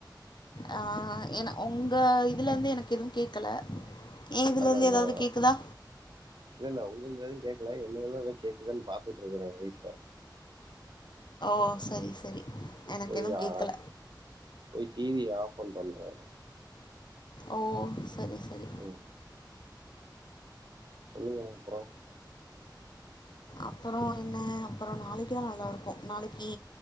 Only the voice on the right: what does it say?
அதான்
அதான்
இல்ல இல்ல உங்கள எதுவும் கேக்கல என்னதெல்லாம் கேக்குதானு பாத்துட்டு இருக்கறேன் வீட்டுல
போய்
ஆ போய் டிவிய ஆஃப் பண்ணிட்டு வந்தேன்
ம் சொல்லுங்க அப்புறம்